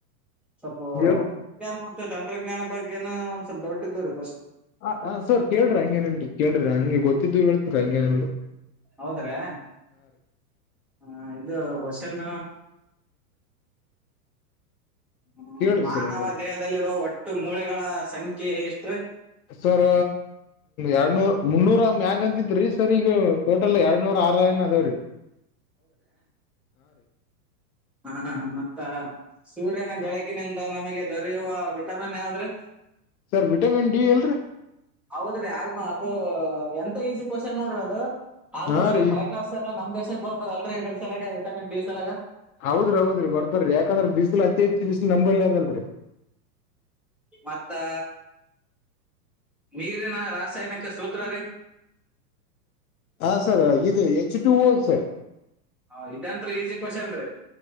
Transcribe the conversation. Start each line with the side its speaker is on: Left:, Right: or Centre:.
Centre: ಸ್ವಲ್ಪ
Left: ಹೇಳ್ರಿ
Centre: ವಿಜ್ಞಾನ ಮತ್ತೆ ತಂತ್ರಜ್ಞಾನ ಬಗ್ಗೆ ನ ಒಂದ್ ಸ್ವಲ್ಪ್ ಡೌಟ್ ಇದ್ರಿ
Left: ಹ ಹಾ ಸರ್ ಕೇಳ್ರಿ ಹಂಗೇನಲ್ರರಿ ಕೇಳ್ರಿ ಹಂಗೆ ಗೊತ್ತಿದ್ದು ಹೇಳೇತ್ರಿ ಹಂಗೇನಲ್ರಿ
Centre: ಹೌದ್ರೆ ಹ ಇದು ಕೋಷನ್ ಹ್ಮ
Left: ಕೇಳ್ರಿ
Centre: ಮಾನವ
Left: ಸರ್ ಹಂಗೇನ್
Centre: ದೇಹದಲ್ಲಿರುವೋ ಒಟ್ಟು ಮೂಳೆಗಳ ಸಂಖ್ಯೆ ಎಷ್ಟ್ರೀ
Left: ಸರ್ ಎರಡ್ನೂರ್ ಮುನ್ನೂರ ಯಂಗಂತಿದ್ರೀ ಸರ್ ಈಗ ಟೋಟಲ್ ಎರಡ್ನೂರು ಟ್ರೈನ್ ಆದ ರೀ
Centre: ಹಾ ಮತ್ತ ಸೂರ್ಯನ ಬೆಳಕಿನಿಂದ ನಮಗೆ ದೊರೆಯುವ ವಿಟಮಿನ್ ಯಾವದ್ ರೀ
Left: ಸರ್ ವಿಟಮಿನ್ ಡಿ ಎಲ್ರಿ
Centre: ಹೌದ್ರಿ ಅಲ್ಮ ಅದು ಒಂಟು ಈಸಿ ಕ್ವಾಶನ್ ನೋಡ್ರಿ ಅದು ಆಲ್ಮೋಸ್ಟ್
Left: ಹಾ ರೀ
Centre: ಅಲ್ ಫರೀನರ್ಸ ಎಲ್ಲಾ ನಮ್ ದೇಶ ಬರ್ತಾರ ಅಲ್ರಿ ಇದ್ರ ಸಲಾಗ ವಿಟಮಿನ್ ಡಿ ಸಲಾಗ
Left: ಹೌದ್ರಿ ಹೌದ್ರಿ ಬರ್ತಾರರೀ ಯಾಕಂದ್ರೆ ಬಿಸಿಲು ಅತಿ ಹೆಚ್ಚಿ ಬಿಸಿಲು ನಂಬಲ್ಲಿ ಅದಲ್ರರಿ
Centre: ಮತ್ತಾ ನೀರಿನ ರಾಸಾಯನಿಕ ಸೂತ್ರಾ ರೀ
Left: ಹಾ ಸರ್ ಇದು ಎಚ್ ಟು ಓ ಸರ್
Centre: ಹಾ ಇದಂತ್ರೂ ಈಸಿ ಕ್ವಾಶನ್ ರೀ